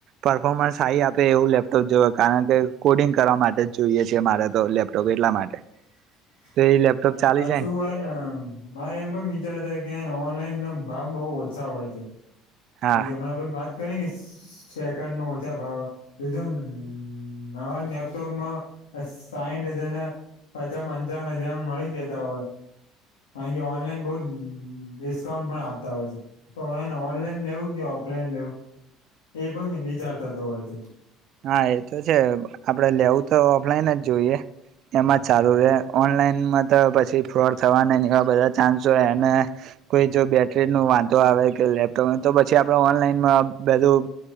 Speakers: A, on the right; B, on the left.
A: પફોર્મન્સ સ આપે એવું લેપટોપ જો કારણ કે કોડિંગ કરવા માટે જ જોઈએ છે મારે તો લેપટોપ એટલા માટે
B: <inaudible>
A: તો એ લેપટોપ
B: રે
A: ચાલી
B: પાછું
A: જાય
B: હોય ને મારે એમ પણ વિચારતા કે ઓનલાઈનમ ભાવ બહુ ઓછા હોય છે
A: હા
B: એ કે હમણા પણ વાત કરી કે સેકન્ડ માં ઓછા ભાવ તજું નાવ નેપટોપ સાહીઠ હજારના પાછા પંચાવન હજારમાં મળી જતા હોય ઓનલાઈન બઉ ડિસ્કાઉન્ટ પણ આપતા હોય છે તો ઓનલાઈન લેવું કે ઓફલાઈન લેવું એ પણ વિચાર થતો હોય છે.
A: હા એ તો છે આપડે લેવું તો ઓફલાઈન જ જોઈએ. એમાં જ ચારુ રે ઓનલાઈનમાં તો પછી ફ્રોડ થવા એવા બધા ચાન્સો એમને કોઈ જો બેટરી નું વાંધો આવે કે લેપટોપ તો પછી આપડ ઓનલાઈનમાં બધું